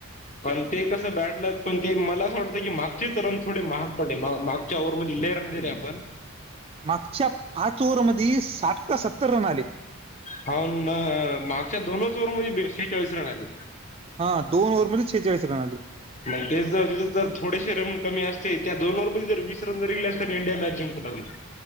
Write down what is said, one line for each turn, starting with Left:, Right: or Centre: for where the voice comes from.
Left: पण ते कसं बॅडलक पण ते मला असं वाटतं की मागचेच रन थोडे महाग पडले. मा माग - च्या वर म्हणजे लई रन दिले आपण.
Right: मागच्या पाच ओव्हर मध्ये साठ का सत्तर रन आले.
Left: हाव ना. मागच्या दोनच ओवरमधे बे शेहेचाळीस रन आले.
Right: हा दोन ओव्हरध्ये शेहेचाळीस रन आले.
Left: मग तेच जर जर थोडेसे रन कमी असते त्या दोन ओवरर मध्ये जर वीस रन जर गेले अस इंडिया मॅच जिकल लागली.